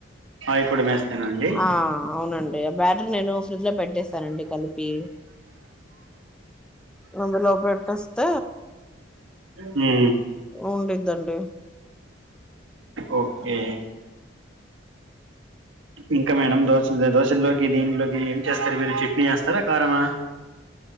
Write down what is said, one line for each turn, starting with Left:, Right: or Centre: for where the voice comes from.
Right: ఆయి పొడి మేస్తేనా అండి
Centre: ఆ అవునండి బ్యాటర్ నేను ఫ్రిడ్జ్ లో పెట్ చేేస్తానండి కలిపి రందు లోపెట్స్త
Right: హ
Centre: ఉంద్దండి
Right: ఓకే ఇంకా మేడం దోశ దోశల్లోకి దీంట్లోకి ఏం చేస్తారు మీరు చట్నీ చేస్తారా కారమా